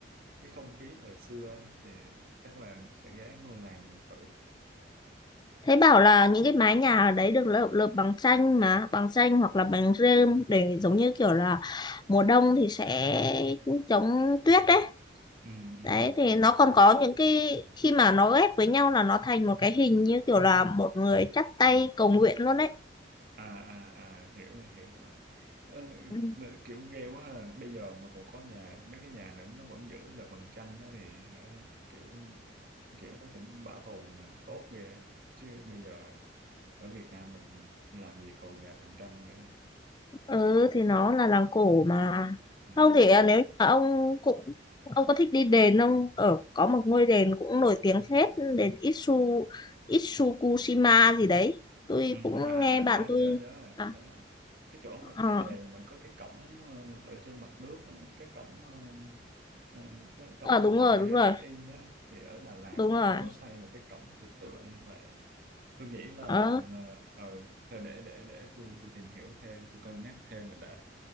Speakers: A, on the right (about 50°); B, on the left (about 25°).
A: cái không khí thời xưa á. thì chắc là sẽ ghé ngôi làng mình thử
B: thấy bảo là những cái mái nhà ở đấy được lợp lợp bằng tranh mà bằng tranh hoặc là bằng rơm để giống như kiểu là mùa đông thì sẽ chống tuyết đấy
A: ừ, ừ,
B: đấy thì
A: ừ.
B: nó còn có những cái khi mà nó ghép với nhau là nó thành một cái hình như kiểu là một người chắp tay cầu nguyện luôn đấy
A: à à à hiểu rồi hiểu rồi Ờ,
B: Ừ.
A: n- kiểu ghê quá ha bây giờ mà còn có nhà mấy cái nhà này nó vẫn giữ là bằng tranh đó thì hả, kiểu kiểu nó cũng bảo tồn à, tốt ghê á. chứ bây giờ ở Việt Nam mình làm gì còn nhà bằng tranh nữa đâu
B: ừ thì nó là làng cổ mà
A: ừ.
B: không thì à, nếu như mà ông cũng ông có thích đi đền không ở có một ngôi đền cũng nổi tiếng phết đền Itsu Itsukushima gì đấy tôi
A: Ừ,
B: cũng
A: à, à
B: nghe
A: à,
B: bạn
A: nhớ
B: tôi
A: nhớ nhớ rồi
B: à,
A: nhớ rồi cái chỗ mà
B: ờ
A: cái đền mà có cái cổng ờ, ở trên mặt nước á, cái cổng ờ, ờ, cái cổng
B: Ờ,
A: mà
B: đúng
A: mọi
B: rồi
A: người
B: đúng
A: hay
B: rồi
A: check in đó thì ở Đà Lạt
B: đúng
A: nó
B: rồi
A: cũng có xây một cái cổng tự tựa như vậy tôi nghĩ là
B: ờ
A: là, ờ thôi để để để tôi tôi tìm hiểu thêm tôi cân nhắc thêm rồi đã